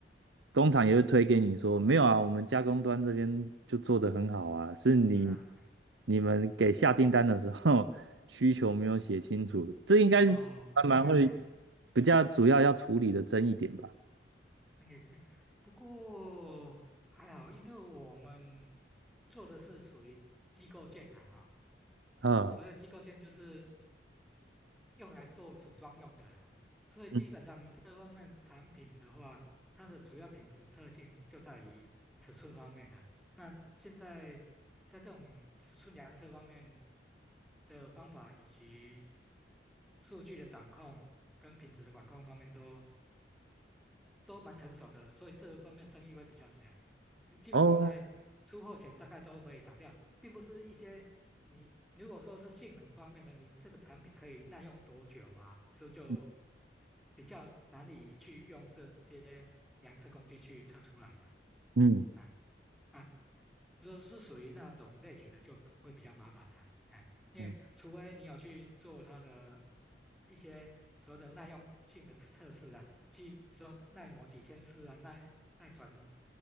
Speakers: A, on the right (about 80°); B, in the centre.
A: 工厂也会推给你说，没有啊，我们加工端这边就做得很好啊，是你
B: 是啊，哎，
A: 你们给下订单的时候 <laughs> 需求没有写清楚，这应该是蛮会
B: 哦，OK OK，哎，
A: 比较主要要处理的争议点吧。
B: 生意，哎，不过还好，因为我们做的是属于机构件的哈，
A: 嗯，
B: 所有机构件就是用来做组装用的啦。所以基本上这方面产品的话，
A: 嗯，
B: 它的主要品质特性就在于尺寸方面的。那现在在这种尺寸量测方面的方法以及数据的掌控跟品质的管控方面都都蛮成熟的，所以这方面争议会比较小。基本上在出货前大概都会挡掉，
A: 哦，
B: 并不是一些你如果说是性能方面的，你这个产品可以耐用多久啊，这就
A: 嗯
B: 比较难以去用这些量测工具去测出来嘛。
A: 嗯，
B: 啊啊，如果是属于那种类型的，就会比较麻烦啦、哎，因为除非你有去做它的
A: 嗯
B: 一些所谓的耐用性的测试啊，去比如说耐磨几千次啊，耐耐转